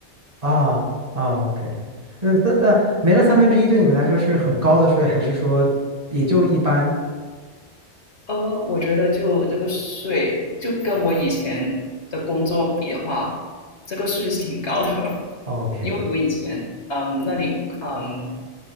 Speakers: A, on the right (about 35°); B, on the left (about 70°).
A: 啊啊，OK，呃，三呃，没了三分之一，对你们来说是很高的税，还是说也就一般
B: 呃，我觉得就这个税，就跟我以前的工作比的话，这个税是挺高的，<laughs>
A: ？OK，
B: 因为我以前嗯那里嗯